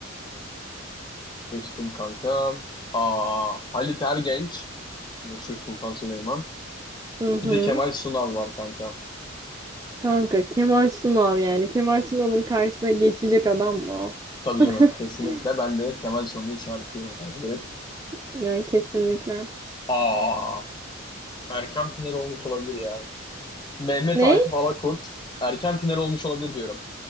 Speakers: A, on the left; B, on the right.
A: Seçtim kanka. Aa, Halit Ergenç. Meşhur Sultan Süleyman.
B: Hı hı.
A: Bir de Kemal Sunal var kanka.
B: Kanka Kemal Sunal yani. Kemal Sunal'ın karşısına geçecek adam mı o?
A: Tabii
B: <laughs>
A: canım. Kesinlikle ben de Kemal Sunal'ı işaretliyorum kanka direkt.
B: Yani kesinlikle.
A: Aa, erken final olmuş olabilir ya. Mehmet
B: Ne?
A: Akif Alakurt. Erken final olmuş olabilir diyorum.